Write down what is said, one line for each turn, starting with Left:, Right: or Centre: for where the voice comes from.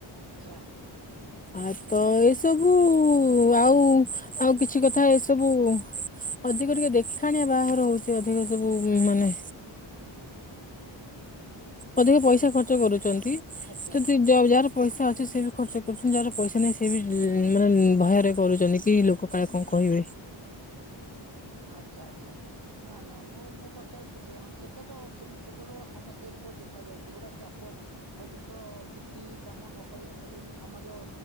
Right: ଆଚ୍ଛା,
Left: ଆଉ ତ ଏସବୁ ଆଉ ଆଉ କିଛି କଥା ଏ ସବୁ, ଅଧିକ ଟିକେ ଦେଖାଣିଆ ବାଘର ହଉଛି ଅଧିକ ସବୁ ମାନେ, ଅଧିକା ପଇସା ଖର୍ଚ୍ଚ କରୁ ଛନ୍ତି,
Right: ଆଚ୍ଛା
Left: ତ ଯେତିକି ରଜଗାର ପଇସା ଅଛି ସେ ବି ଖର୍ଚ୍ଚ କରୁଛନ୍ତି ଯାହାର ପଇସା ନାହିଁ ସେ ବି ମାନେ ଭୟରେ କରୁଛନ୍ତି କି ଲୋକ କାଳେ କଣ କହିବେ।
Right: ଠିକ କଥା, ଆଛା, ଆଛା। ନା ନା ମୁଁ ମୁଁ ପଚାରୁଛି ଯେ ହଁ ସେତ ଯୋଉ ସେମ ସେତ ଯୋଉ ସମସ୍ୟା ଦେଖା ଯାଉଛି ଗୋଟେ ଚାପ ସଦ ତ କିଛି କାମ ନ କରିବାକୁ ହେଲେ ବି ସମାଜ